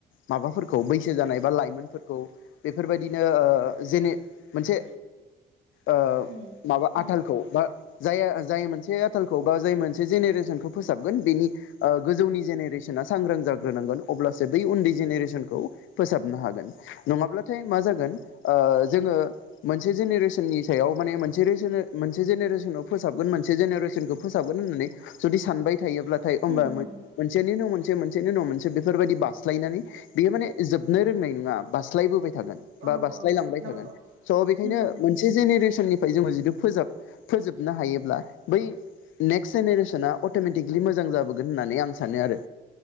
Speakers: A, on the left; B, on the right.
A: माबाफोरखौ बैसो जानाय बा लाइमोनफोरखौ बे बेफोरबायदिनो ओ जेने मोनसे ओ
B: होम
A: माबा
B: नंगौ
A: आथालखौ बा जाया जाय मोनसे आथालखौ बा जाय मोनसे जेनेरेसनखौ फोसाबगोन बेनि ओ गोजौनि जेनेरेसना सांग्रां जाग्रोनांगोन अब्लासो बै उन्दै जेनेरेसनखौ फोसाबनो हागोन नङाब्ला थाय मा जागोन जोङो मोनसे जेनेरेसननि सायाव माने मोनसे मोनसे रेसने जेनेरेसनाव फोसाबगोन मोनसे जेनेरेसनखौ फोसाबगोन होननानै जुदि सानबाय थायोब्लाथाय ओमबा
B: होम
A: मोन-मोनसेनि
B: होम
A: उनाव मोनसे जे मोनसेनि उनाव मोनसे बेफोरबायदि बास्लायनानै बेयो माने जोबनो रोंनाय नङा बास्लायबोबाय थागोन बा
B: औ
A: बासलाय
B: औ
A: लांबाय
B: नंगौ
A: थागोन स बेखायनो
B: होम होम
A: मोनसे जेनेरेसननि फ्राय जोङो जुदु फोजाब फोजोबनो हायोब्ला बै नेक्स्ट जेनेरेसना अटमेटिकलि मोजां जाबोगोन होननानै आं सानो आरो।